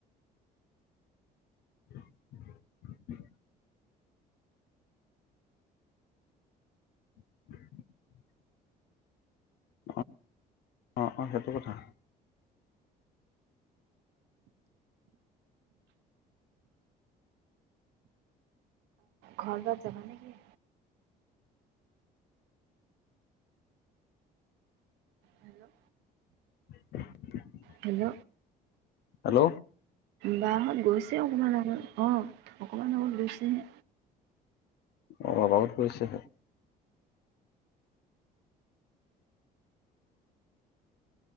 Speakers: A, on the left; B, on the right.
A: <inaudible> <inaudible> অ অ-অ সেইটো কথা।
B: ঘৰত যাবা নেকি? হেল্ল'
A: <inaudible>
B: হেল্ল
A: হেল্ল
B: বাহ গোস ছে অকণমান আগত অ অকণমান আগত গৈছেহে।
A: অ অবাবত কৰিছেহে